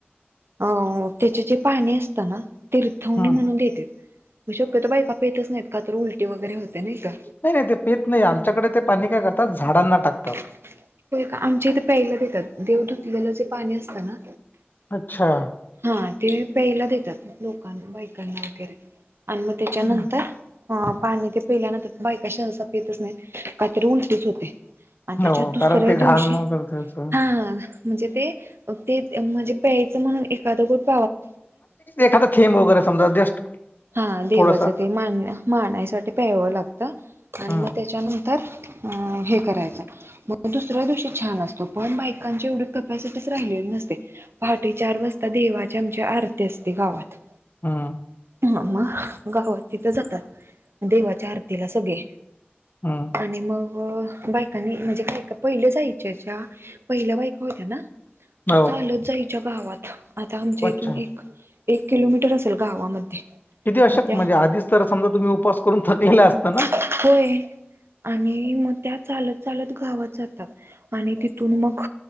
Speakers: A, on the right; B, on the left.
A: अ त्याचे जे पाणी असत ना तीर्थवनी
B: हं.
A: म्हणून देतेेत शक्यतो बायका प येतच नाहीत का तर उलटी वगैरे होते नाही का.
B: नाही नाही ते पीत नाही आमच्याकडे ते पाणी काय करतात. झाडांना टाकतात
A: होय का आमच्या इथे प्याला देतात देव धुतलेलं जे पाणी असतं ना.
B: अच्छा!
A: हा ते प्यायला देतात लोकां बायकांना वगैरे आणि मग त्याच्यानंतर
B: हं.
A: ह पाणी ते पेल्यानंतर बायका शहसा प येतच नाही का तर उलटीच होते. आणि त्याच्या
B: हो
A: दुसऱ्या
B: कारण ते
A: दिवशी
B: घाण वगैरे त्याचं
A: हा म्हणजे ते. ते म्हणजे प्यायचं म्हण एखाद गोष्ट
B: एखादा थेंब वगैरे समजा जस्ट
A: हा देवाचं
B: थोडासा
A: ते मान मानायसाठी प्याळावं लागतं आणि
B: हं,
A: मग त्याच्यानंतर ह हे.. करायचा मगं दुसऱ्या दिवशी छान असतो पण बायकांची एवढी कॅपॅसिटी च राहिलेली नसते. पहाटे चार वाजता देवाच्या आमच्या आरती असते गावात.
B: हम!
A: ह मग गावात तिथं जातात देवाच्या आरतीला सगळे.
B: हं.
A: आणि मग बायकांनी म्हणजे काय का पहिलं जायच्या ज्या पहिल्या बायका होत्या ना. त्या
B: हो
A: चालत जायच्या गावात आता आमच्या
B: अच्छा
A: इथून एक एक किलोमीटर असेल गावामध्ये
B: किती अशक
A: मग त्या
B: म्हणजे आधीच तर समजा तुम्ही उपवास करून थकलेलं असता ना.
A: होय आणि मग त्या चालत चालत गावात जातात. आणि तिथून मग